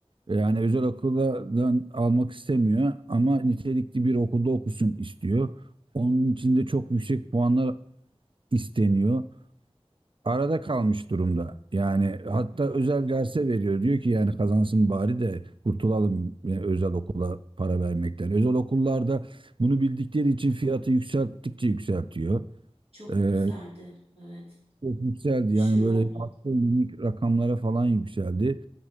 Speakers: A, on the right; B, on the right.
A: Yani özel okuldan almak istemiyor ama nitelikli bir okulda okusun istiyor. Onun için de çok yüksek puanlar isteniyor arada kalmış durumda. Yani hatta
B: hmm,
A: özel derse veriyor. Diyor ki yani kazansın bari de kurtulalım e, özel okula para vermekten. Özel okullarda bunu bildikleri için fiyatı yükselttikçe yükseltiyor.
B: çok
A: Ee,
B: yükseldi. Evet,
A: çok yükseldi
B: aşırı
A: yani böyle
B: oldu.
A: astronomik rakamlara falan yükseldi.